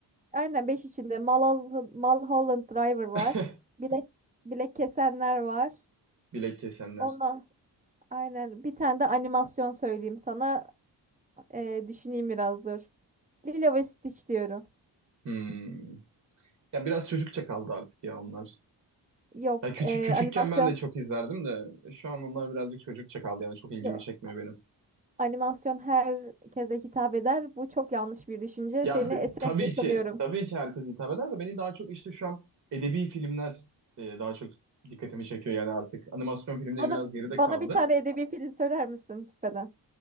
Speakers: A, on the right; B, on the right.
A: Aynen 5 içinde Malhol- Mulholland Driver var.
B: <laughs>
A: Bilek, bilek kesenler var.
B: Bilek kesenler.
A: Ona aynen bir tane de animasyon söyleyeyim sana. Ee, düşüneyim biraz dur. Lilo ve Stitch diyorum.
B: Hmm. Ya biraz çocukça kaldı artık ya onlar.
A: Yok
B: Ya küçük
A: ee,
B: küçükken
A: animasyon.
B: ben de çok izlerdim de şu an onlar birazcık çocukça kaldı yani çok ilgimi
A: Yok.
B: çekmiyor benim.
A: Animasyon herkese hitap eder. Bu çok yanlış bir düşünce.
B: Ya
A: Seni
B: be-
A: esefle
B: tabii
A: tanıyorum.
B: ki tabii ki herkes hitap eder de beni daha çok işte şu an edebi filmler e, daha çok dikkatimi çekiyor yani artık. Animasyon filmleri
A: Bana,
B: biraz geride
A: bana
B: kaldı.
A: bir tane edebi film söyler misin gitmeden?